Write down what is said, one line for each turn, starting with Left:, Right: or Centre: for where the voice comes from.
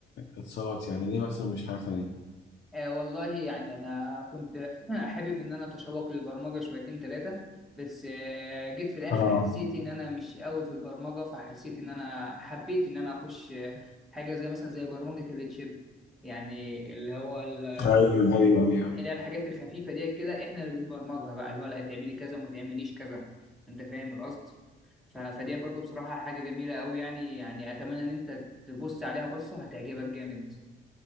Left: اتصالات يعني ليه مثلا مش حاجة تانية؟
Centre: آه والله يعني انا كنت <clears throat> حابب ان انا اتشوق للبرمجه شويتين ثلاثه بس آه، جيت في الاخر
Left: اه
Centre: حسيت ان انا مش قوي في البرمجه فحسيت ان انا حبيت ان انا اخش آه، حاجه زي مثلا زي برمجه التشيب يعني اللي هو ال
Left: ايوه ايوه ايوه
Centre: اللي هي الحاجات الخفيفة ديت كده احنا اللي بنبرمجها بقى اللي هو لا تعملي كذا وما تعمليش كذا انت فاهم القصد ف- فدي برضو بصراحة حاجة جميلة قوي يعني يعني اتمنى ان انت تبص عليها بصة هتعجبك جامد